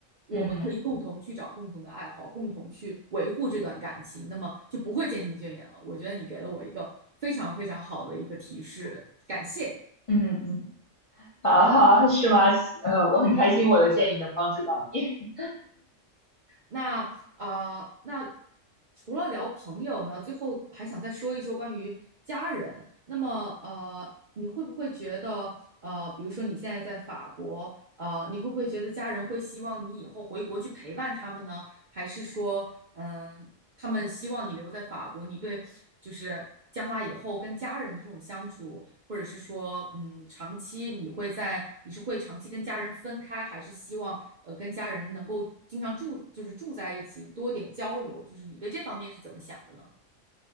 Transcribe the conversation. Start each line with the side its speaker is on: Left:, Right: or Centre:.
Right: 我们可以共同去找共同的爱好，
Left: 嗯
Right: 共同去维护这段感情，那么就不会渐行渐远了。我觉得你给了我一个非常非常好的一个提示，感谢。
Left: 嗯嗯，好好是吗？<laughs> 呃，我很开心我的建议能帮助到你。
Right: 那呃，那除了聊朋友呢，最后还想再说一说关于家人。那么呃，你会不会觉得呃，比如说你现在在法国，呃，你会不会觉得家人会希望你以后回国去陪伴他们呢？还是说，嗯，他们希望你留在法国，你对就是将来以后跟家人的这种相处，或者是说，嗯，长期你会在你是会长期跟家人分开，还是希望呃跟家人能够经常住，就是住在一起，多点交流？就是你对这方面是怎么想的呢？